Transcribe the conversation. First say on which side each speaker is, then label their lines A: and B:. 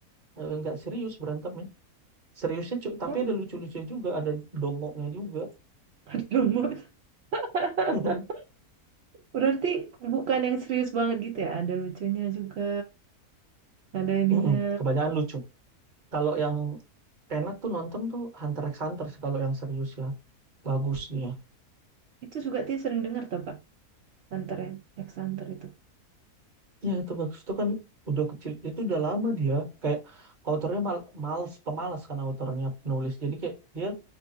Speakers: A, on the right; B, on the right.
A: Eh, nggak serius berantemnya. Seriusnya cu- tapi
B: Oh,
A: ada lucu-lucunya juga, ada dongoknya juga.
B: <laughs> Lumut. <laughs>
A: <laughs>
B: Berarti bukan yang serius banget gitu ya. Ada lucunya juga, ada ininya.
A: Mm-mm, Kebanyakan lucu. Kalau yang enak tuh nonton tuh Hunter x Hunter sih kalau yang serius ya. Bagus dia.
B: Itu juga dia sering dengar tuh kak, Hunter x Hunter itu.
A: Ya itu bagus itu kan udah kecil itu udah lama dia kayak autornya mal males pemalas kan autornya penulis. Jadi kayak dia